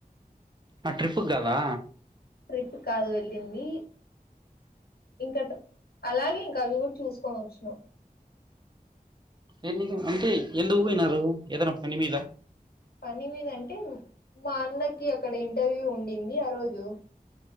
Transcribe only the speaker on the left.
ట్రిప్ కాదు వెళ్ళింది ఇంకటం అలాగే ఇంకా అవి చూసుకొని వచ్చినం
పని మీద అంటే మా అన్నకి అక్కడ ఇంటర్వ్యూ ఉండింది ఆరోజు